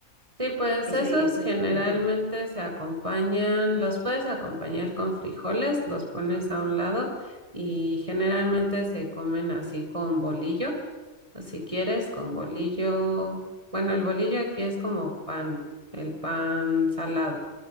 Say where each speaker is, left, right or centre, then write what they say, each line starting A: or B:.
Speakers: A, on the right; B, on the right.
A: Sí, pues
B: ese,
A: esos
B: ese
A: generalmente
B: chilaquiles?
A: se acompañan, los puedes acompañar con frijoles, los pones a un lado y generalmente se comen así con bolillo, o si quieres con bolillo, bueno, el bolillo aquí es como pan, el pan salado